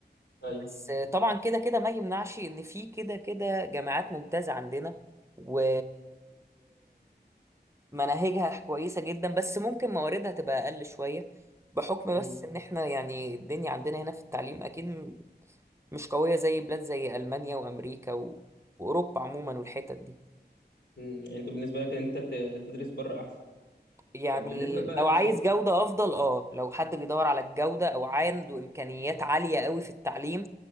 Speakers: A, on the left; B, on the right.
A: ايوه
B: بس آه، طبعا كده كده ما يمنعش ان في كده كده جامعات ممتازه عندنا و... مناهجها كويسة جدا بس ممكن مواردها تبقى أقل شوية بحكم
A: امم
B: بس إن إحنا يعني الدنيا عندنا هنا في التعليم أكيد م- مش قوية زي بلاد زي ألمانيا وأمريكا و... وأوروبا عموما والحتت دي
A: أمم. يعني انت بالنسبه لك ان انت ت- تدرس بره احسن
B: يعني
A: طب بالنسبة بقى
B: لو
A: للشغل
B: عايز جودة أفضل أه لو حد بيدور على الجودة أو عنده إمكانيات عالية قوي في التعليم